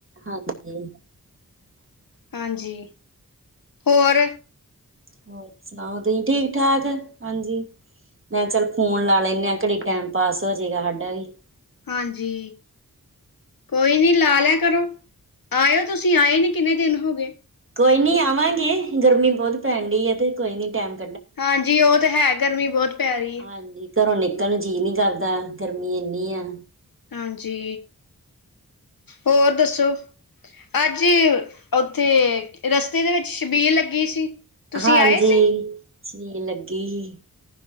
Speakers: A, on the right; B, on the left.
A: ਹਾਂਜੀ।
B: ਹਾਂਜੀ ਹੋਰ।
A: ਹੋਰ ਸੁਣਾਓ ਤੁਸੀਂ ਠੀਕ ਠਾਕ ਹਾਂਜੀ। ਮੈਂ ਕਿਹਾ ਚੱਲ ਫੋਨ ਲਾ ਲੈਂਦੇ ਆ ਘੜੀ ਟਾਈਮ ਪਾਸ ਹੋ ਜਾਏਗਾ ਸਾਡਾ ਵੀ।
B: ਹਾਂਜੀ। ਕੋਈ ਨੀ ਲਾ ਲਿਆ ਕਰੋ ਆਇਓ ਤੁਸੀਂ ਆਏ ਨੀ ਕਿੰਨੇ ਦਿਨ ਹੋ ਗਏ।
A: ਕੋਈ ਨੀ ਆਵਾਂਗੇ ਗਰਮੀ ਬਹੁਤ ਪੈਣ ਡਈ ਆ ਤੇ ਕੋਈ ਨੀ ਟੈਮ।
B: ਹਾਂਜੀ ਉਹ ਤੇ ਹੈ ਗਰਮੀ ਬਹੁਤ ਪੈ ਰਹੀ ਏ।
A: ਹਾਂਜੀ ਘਰੋਂ ਨਿਕਲਣ ਨੂੰ ਜੀਅ ਨੀ ਕਰਦਾ ਗਰਮੀ ਐਨੀ ਆ।
B: ਹਾਂਜੀ ਹੋਰ ਦੱਸੋ। ਅੱਜ ਉੱਥੇ ਰਸਤੇ ਦੇ ਵਿੱਚ ਛਬੀਲ ਲੱਗੀ ਸੀ। ਤੁਸੀਂ
A: ਹਾਂਜੀ
B: ਆਏ ਸੀ
A: ਛਬੀਲ ਲੱਗੀ ਸੀ।